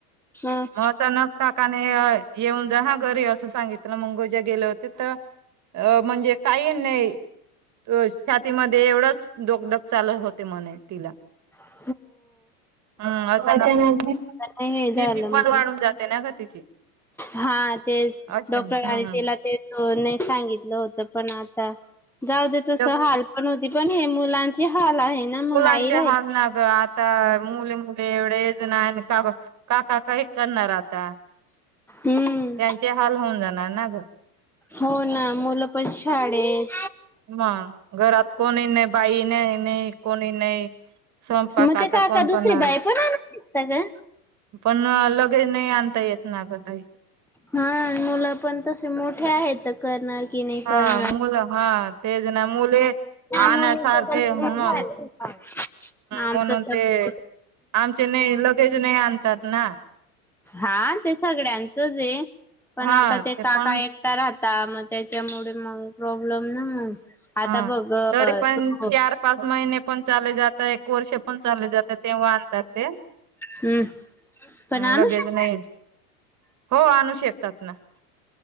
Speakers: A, in the centre; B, on the right (about 40°).
A: ह
B: म अस नस काकाने येऊन जहा घरी असं सांगितलं मंगोजा गेले होते तर अ म्हणजे काही नाही <unintelligible> त छातीमध्ये एवढंच धक धक चालत होते म्हणे तिला
A: ह
B: हम् आ <unintelligible>
A: हे झालं
B: बीपी पण
A: मग
B: वाढून जाते ना ग तिची
A: हा ते
B: अच्छा
A: डॉक्टरनी
B: हम्म
A: तिला ते नाही सांगितलं होतं पण आ जाऊ दे तस
B: त्या
A: हाल पण होती पण हे मुलांची हाल आहे ना
B: मुलांचे
A: मग आई राहिली
B: हाल ना आता मुले मुले एवढेच नाही का काका काही करणार आता
A: हम्म
B: त्यांचे हाल होऊन जाणार ना ग
A: हो ना मुलं पण शाळेत
B: हम्म. मग घरात कोणी नाही बाई नाही नाही कोणी नाही स्वयंपाक
A: मग
B: आता
A: ते काका
B: कोण
A: दुसरी
B: करणार
A: बाई पण आणतात ग
B: पण लगेज नाही आणता येत ना ग ताई
A: हा मुलं पण तसे मोठे आहेत करणार कि नाही
B: हा
A: करणार
B: मुलं हा तेच ना मुले आणण्यासारखे
A: मुली <unintelligible>
B: मग
A: आमच
B: म्हणून
A: पण
B: ते
A: तेच
B: आमचे नाही लगेच नाही आणतात ना
A: हा ते सगळ्यांचच आहे पण
B: हा
A: आता ते काका
B: पण
A: एकटा राहत मग त्याच्यामुळे मग प्रॉब्लेम ना मग आता
B: हा
A: बघ
B: तरी पण
A: तो
B: चार पाच महिने पण चालले <unintelligible> जात एक वर्ष पण चालले जातात तेव्हा आणतात ते
A: हम्म पण
B: ह
A: आणू
B: लगेच
A: शकता
B: नाही हो आणू शकतात ना